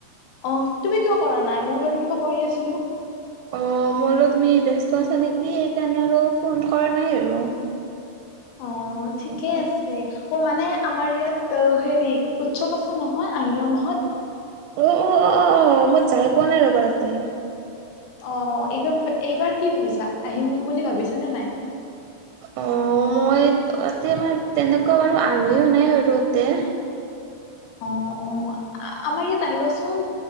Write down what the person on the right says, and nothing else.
অ'! মই আৰু তুমি ব্যস্ত আছা নেকি! সেইকাৰণে, আৰু ফোন কৰা নাই আৰু।
অ
অ' অ' অ' অ' অ! মই যাই পোৱা নাই ৰ'বা তাতে।
অ'! মই তাতে, আমাৰ তেনেকুৱা বাৰু আলহীও নাই বাৰু তাতে।